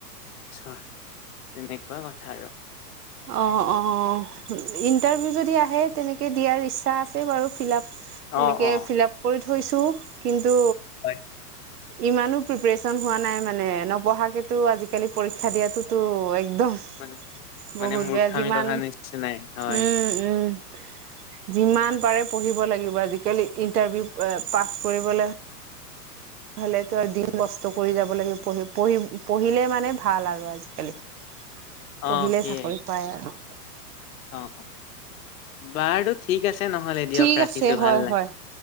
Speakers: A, on the left; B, on the right.
A: আচ্ছা তেনেকুৱা কথা আৰু
B: অ, ' অ, ' ইণ্টাৰভিউ যদি আহে তেনেকে দিয়াৰ ইচ্ছা আছে বাৰু ফিল আপ তেনেকে
A: অ', অ'।
B: ফিল আপ কৰি থৈছো কিন্তু
A: হয়
B: ইমানো প্ৰিপৰেচন হোৱা নাই মানে নপঢ়াকেতো আজিকালি পৰীক্ষা দিয়াতোতো একদম
A: মান মানে
B: বহুত
A: মূৰ্খামি
B: বেয়া যিমান,
A: কথা নিচিনাই হয়
B: উম উম যিমান পাৰে পঢ়িব লাগিব আজিকালি ইন্টাৰভিউ পাছ কৰিবলৈ তে হ'লে তো আৰু দিন নষ্ট কৰি যাব লাগিব পঢ়ি পঢ়ি পঢ়িলে মানে ভাল আৰু আজিকালি পঢ়িলে
A: অ' সেয়াই
B: চাকৰি পায় আৰু
A: অ, ' অ, ' বাৰুো ঠিক আছে নহ'লে দিয়ক
B: ঠিক
A: ৰাখিছোঁ
B: আছে হয়
A: ভাল নাই
B: হয়